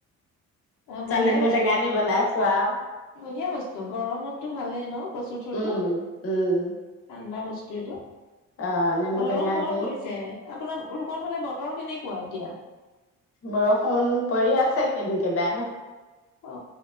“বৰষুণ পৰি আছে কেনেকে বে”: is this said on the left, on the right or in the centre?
Left